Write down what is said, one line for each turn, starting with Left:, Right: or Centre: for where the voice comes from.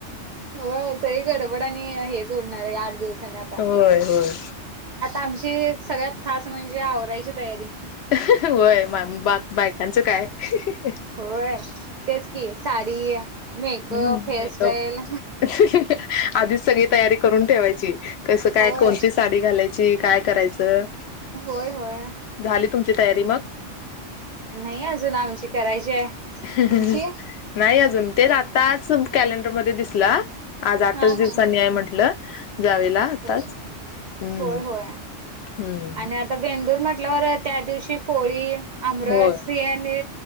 Right: होय ह ह ह सगळी गडबड आणि हेच होणार आहे आठ दिवसानी आता
Left: होय होय
Right: आमची ती एक सगळ्यात खास म्हणजे आवरायची तयारी
Left: अह ह ह होय मग आम्ही बा बायकांचं काय ह. ह.
Right: होय तेच की साडी मेकअप
Left: हम्म
Right: हेअरस्टाईल
Left: मेकअप ही ही ही आधीच सगळी तयारी करून ठेवायची कसं काय
Right: होय
Left: कोणती साडी घालायची काय करायचं
Right: होय होय
Left: झाली तुमची तयारी मग
Right: नाही अजून आमची करायची आहे
Left: अह
Right: तुमची
Left: ह ह नाही अजून तेच आताच कॅलेंडरमध्ये दिसला आज आठच
Right: हा हा
Left: दिवसांनीय म्हटलं जावेला आताच
Right: हो
Left: हम्म
Right: होय होय
Left: हम्म
Right: आणि आता बेंदूर म्हटल्यावर त्या दिवशी पोळी आमरस
Left: होय
Right: हे आणि